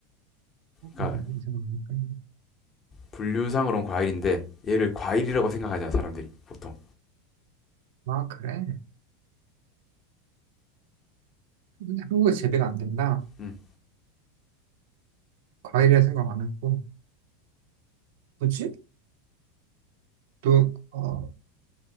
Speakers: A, on the right; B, on the left.
A: 어,
B: 그러니까
A: 그래, 이 생각하니까.
B: 분류상으로는 과일인데 얘를 과일이라고 생각하잖아, 사람들이 보통.
A: 아, 그래? 근데 한국에 재배가 안 된다.
B: 음,
A: 과일이라 생각 안 했고. 뭐지? 또, 어,